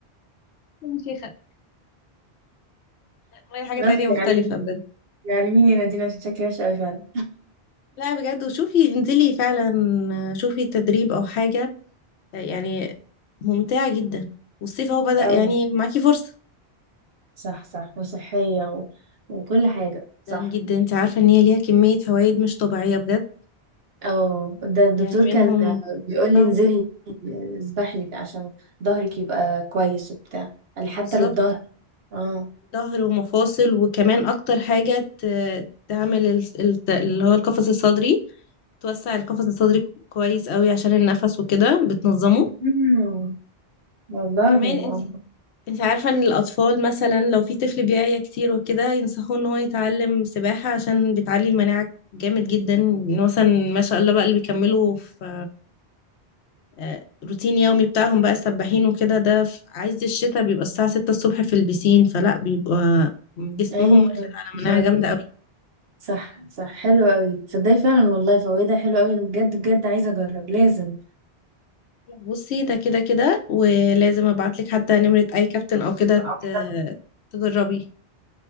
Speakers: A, on the left (about 85°); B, on the right (about 65°).
A: يا شيخة المية حاجة تانية
B: غصب
A: مختلفة
B: يعلمني
A: بجد
B: يعلميني يا نادين عشان شكلي وحش قوي فعلا
A: لا بجد وشوفي انزلي فعلا آه، شوفي تدريب أو حاجة آه، يعني ممتعة جدا والصيف اهو بدأ
B: اه
A: يعني معاكي فرصة
B: صح صح وصحيه و... وكل حاجه صح
A: جدا جدا انت عارفة ان هي ليها كمية فوائد مش طبيعية بجد
B: اه ده الدكتور
A: يعني
B: كان
A: منهم
B: بيقول لي
A: اه
B: انزلي اسبحي عشان ظهرك يبقى كويس وبتاع قال لي حتى
A: بالظبط
B: للظهر اه
A: ظهر ومفاصل وكمان اكتر حاجة ت- تعمل ال- ال- اللي هو القفص الصدري توسع القفص الصدري كويس قوي عشان النفس وكده بتنظمه
B: مم. والله
A: كمان انت
B: آه.
A: انت عارفة ان الاطفال مثلا لو في طفل بيعيا كتير وكده ينصحوه ان هو يتعلم سباحة عشان بتعلي المناعة جامد جدا مثلا ما شاء الله بقى اللي بيكملوا في آه، روتين يومي بتاعهم بقى السباحين وكده ده في عز الشتاء بيبقى الساعة ستة الصبح في البسين فلا بيبقى جسمهم
B: ايوه
A: واخد على
B: ان شاء
A: مناعة
B: الله
A: جامدة قوي
B: صح صح حلو قوي تصدقي فعلا والله فوائدها حلو قوي انا بجد بجد عايزه اجرب لازم
A: بصي ده كده كده ولازم ابعتلك حتى نمرة اي كابتن او كده
B: او كده
A: ت- تجربي